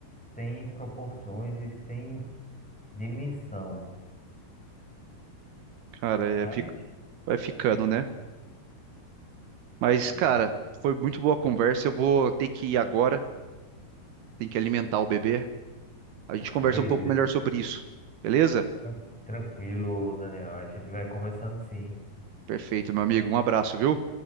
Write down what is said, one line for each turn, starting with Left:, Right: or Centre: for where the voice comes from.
Centre: sem proporções e sem dimensão.
Right: cara,
Centre: Mas
Right: é, fica- vai ficando, né? Mas,
Centre: é,
Right: cara, foi muito boa a conversa. Eu vou ter que ir agora, tem que alimentar o bebê. A gente
Centre: ah,
Right: conversa
Centre: beleza.
Right: um pouco melhor sobre isso. Beleza?
Centre: Tran- Tranquilo, Daniel. A gente vai conversando sim.
Right: Perfeito, meu amigo. Um abraço, viu?